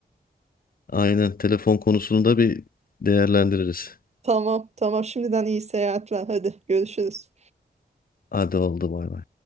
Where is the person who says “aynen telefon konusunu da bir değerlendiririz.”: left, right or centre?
Left